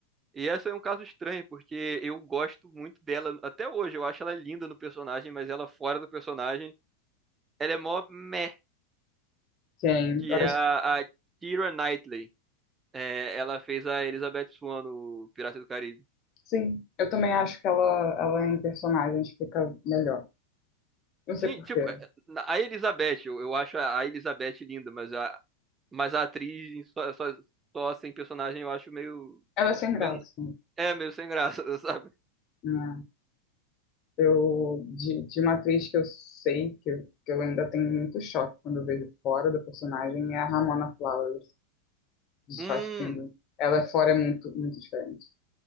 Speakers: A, on the right; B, on the left.
A: E essa é um caso estranho, porque eu gosto muito dela até hoje. Eu acho ela linda no personagem, mas ela fora do personagem, ela é mó meh,
B: Sim,
A: que
B: eu
A: é
B: acho,
A: a, a Keira Knightley. É, ela fez a Elizabeth Swan no Pirata do Caribe.
B: sim, eu também acho que ela, ela em personagens fica melhor. Não sei
A: Sim,
B: por
A: tipo,
B: quê.
A: é, a Elizabeth, eu, eu acho a a Elizabeth linda, mas a, mas a atriz só, só, só sem personagem eu acho meio,
B: Ela é sem graça,
A: meio. É, meio sem graça, <laughs> sabe?
B: né? Eu, de, de uma atriz que eu sei que eu, que eu ainda tenho muito choque quando eu vejo fora da personagem é a Ramona Flowers, de
A: Hum,
B: Scott Pilgrim. Ela fora é muito, muito diferente,